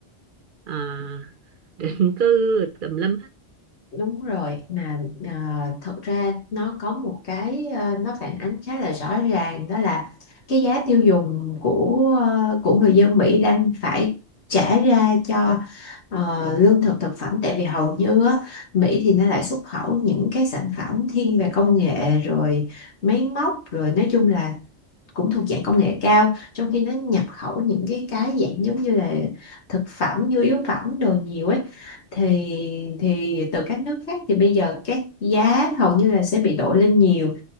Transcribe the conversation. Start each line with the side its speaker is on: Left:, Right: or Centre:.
Right: à, <laughs> định cư tùm lum hết
Left: Đúng rồi mà à, thật ra nó có một cái à, nó phản ánh khá là rõ ràng đó là cái giá tiêu dùng của à, của người dân Mỹ đang phải trả ra cho à, lương thực thực phẩm tại vì hầu như á, Mỹ thì nó lại xuất khẩu những cái sản phẩm thiên về công nghệ rồi máy móc rồi nói chung là cũng thuộc dạng công nghệ cao trong khi nó nhập khẩu những cái cái dạng giống như là thực phẩm nhu yếu phẩm đồ nhiều ấy thì thì từ các nước khác thì bây giờ các giá hầu như là sẽ bị đội lên nhiều